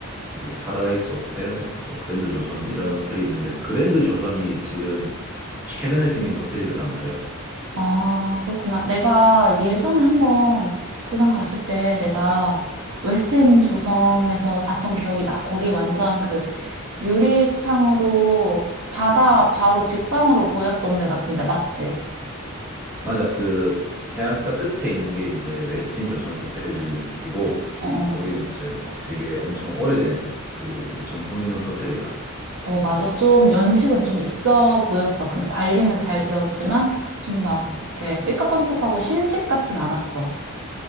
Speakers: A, in the centre; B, on the right.
A: 그리고 파라다이스 호텔, 뭐 그랜드 조선 이런 호텔이 있는데 그랜드 조선이 지금 최근에 생긴 호텔이란 말이야.
B: 아, 그렇구나. 내가 예전에 한번 부산 갔을 때 내가 웨스트end 조선에서 잤던 기억이 나. 거기 완전 그 유리창으로 바다 바로 직방으로 보였던 데 같은데, 맞지?
A: 맞아. 그 해안가 끝에 있는 게 이제 웨스틴 조선 호텔이고
B: 어, 어.
A: 거기는 이제 막 되게 엄청 오래된 그리고 이제 전통 있는 호텔이야.
B: 어, 맞아. 좀 연식은 좀 있어 보였어. 근데 관리는 잘 되었지만, 좀 막,
A: 음.
B: 이렇게 삐까뻔쩍하고 신식 같진 않았어.